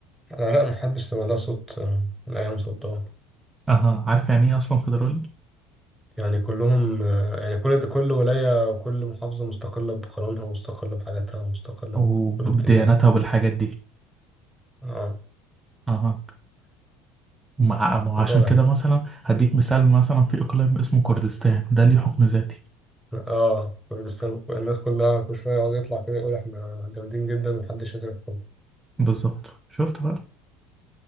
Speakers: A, in the centre; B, on the right (about 15°).
A: العراق محدش سمع لها صوت آه، من أيام صدام
B: اها عارف يعني ايه اصلا فيدرالي
A: يعني كلهم آه، يعني كل كل ولاية وكل محافظة مستقلة بقانونها ومستقلة بحاجاتها ومستقلة
B: وبديانتها
A: بكل بتنجانها
B: وبالحاجات دي
A: اه
B: اها مع ما هو عشان
A: موضوع غريب
B: كده مثلا هديك مثال مثلا في اقليم اسمه كردستان ده ليه حكم ذاتي
A: اه كردستان الناس كلها كل شوية يقعد يطلع كده يقول احنا جامدين جدا ومحدش يقدر يدخلنا
B: بالظبط شفت بقى